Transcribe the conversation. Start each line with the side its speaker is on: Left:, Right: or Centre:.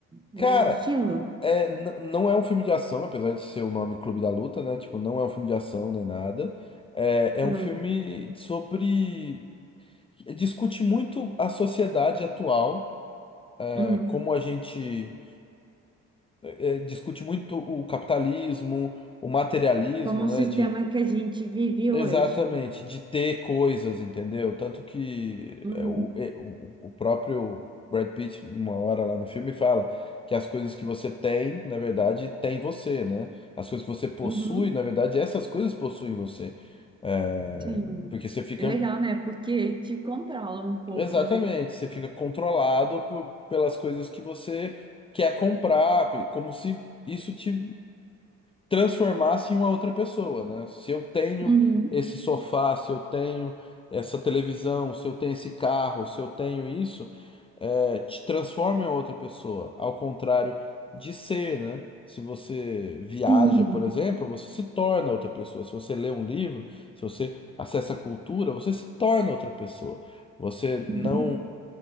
Right: Mesmo
Left: Cara,
Right: estilo?
Left: É, n- não é um filme de ação, apesar de ser o nome Clube da Luta, né? Tipo, não é um filme de ação nem nada. É, é
Right: Hum,
Left: um filme sobre. é, Discute muito a sociedade atual, é,
Right: hum.
Left: como a gente é, é, discute muito o capitalismo, o materialismo,
Right: Como o
Left: né?
Right: sistema que a gente vive
Left: Exatamente,
Right: hoje.
Left: de ter coisas, entendeu? Tanto que
Right: Uhum,
Left: é, o, é, o o próprio Brad Pitt, numa hora lá no filme, fala que as coisas que você tem, na verdade, tem você, né? As coisas que você possui,
Right: uhum,
Left: na verdade, essas coisas possuem você. É,
Right: sim.
Left: porque você fica.
Right: É legal, né? Porque te controla um pouco,
Left: Exatamente,
Right: né?
Left: você fica controlado por- pelas coisas que você quer comprar, como se isso te transformasse em uma outra pessoa, né? Se eu tenho
Right: Uhum,
Left: esse sofá, se eu tenho essa televisão, se eu tenho esse carro, se eu tenho isso, é, te transforma em outra pessoa. Ao contrário de ser, né? Se você viaja,
Right: sim.
Left: por exemplo, você se torna outra pessoa. Se você lê um livro, se você acessa a cultura, você se torna outra pessoa. Você não
Right: Uhum.